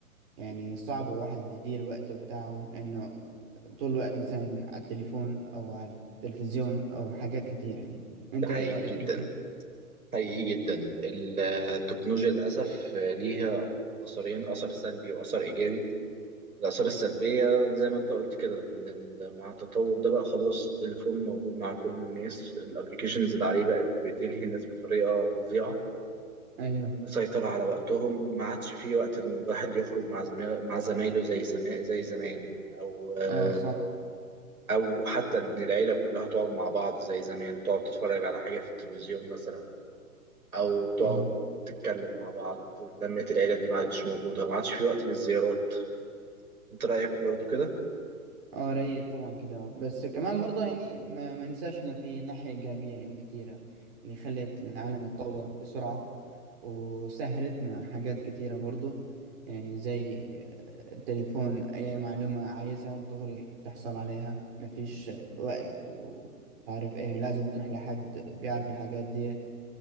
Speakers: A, on the right; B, on the right.
A: يعني صعب الواحد يدير وقته بتاعه لأنه طول الوقت مثلا على التليفون أو على التلفزيون أو حاجات كتيرة يعني أنت
B: ده حقيقي
A: إيه رأيك
B: جدا
A: مثلا؟
B: حقيقي جدا التكنولوجيا للأسف ليها أثرين أثر سلبي وأثر إيجابي الآثار السلبية زي ما انت قلت كده ان ال- مع التطور ده بقى خلاص التليفون موجود مع كل الناس الابليكيشنز اللي عليه بقت بتلهي الناس بطريقة فظيعة
A: أيوه
B: مسيطرة على وقتهم ما عادش في وقت إن الواحد يخرج مع زما- مع زمايله زي سما... زي زمان أو آم،
A: أه صح
B: أو حتى إن العيلة كلها تقعد مع بعض زي زمان تقعد تتفرج على حاجة في التلفزيون مثلا أو تقعد
A: أه
B: تتكلم مع بعض لمة العيلة دي ما عادش موجودة ما عادش في وقت للزيارات أنت رأيك برضو كده؟
A: أه رأيي طبعا كده بس كمان برضه يعني ما ما ننساش إنه في ناحية إيجابية يعني كتيرة اللي خلت العالم يتطور بسرعة وسهلتنا حاجات كتيرة برضو يعني زي آه، التليفون أي معلومة عايزها دغري تحصل عليها مفيش وقت ومش عارف ايه لازم تروح لحد بيعرف الحاجات ديت